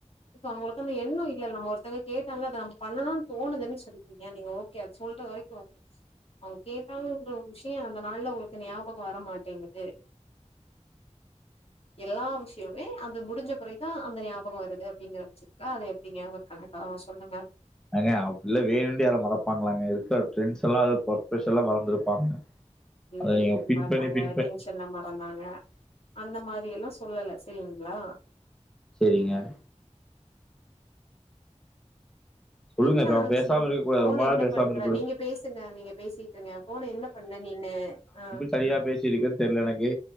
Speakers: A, on the left; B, in the centre.
A: இப்ப அவுங்களுக் நம்ம என்னுய் இல்ல நம்ம ஒருத்தங்க கேட்டாங்க அத நம்ம பண்ணணுனு தோணுதுன்னு சொல்லிட்டிங்க நீங்க ஓகே அது சொல்ற வரைக்கு ஓகே அவுங்க கேட்டாங்கங்கிற ஒரு விஷயோ அந்த நாள்ல ஒருத்த ஞாபகோ வர மாட்டேங்குது எல்லா விஷயமே அந்த முடிஞ்ச பெறகுதா அந்த ஞாபகோ வருது அப்டிங்கறபச்ச ல அது எப்டிங்க ஒரு கணக்கா சொல்லுங்க
B: எங்க அப்டில வேணுண்டே யாரா மறப்பாங்ளாங்க இருக்க ட்ரெண்ஸல்ல இல்ல ஒர்க்ப்ரசல்ல மறந்துருப்பாங்க
A: இங்கேந்து
B: அதை நீங்க
A: திம்
B: பின்
A: மார்னாங்க
B: பண்ணி பின் பண்ணி
A: டென்ஷன்ல மற பன்னாங்க அந்த மாரி எல்லா சொல்லல செரிங்ளா
B: செரிங்க சொல்லுங்க
A: என்ன
B: இப்ப அவன்
A: ஆச்சு
B: பேசாம இருக்க கூடாது
A: போன
B: ரொம்ப நாள்
A: என்ன
B: பேசாம
A: பண்ற
B: இருக்க கூடாது
A: நீங்க பேசுங்க நீங்க பேசிட்ருங்க போன என்ன பண்ண நீனு அ
B: சரியா பேசிருக்கு தெர்ல எனக்கு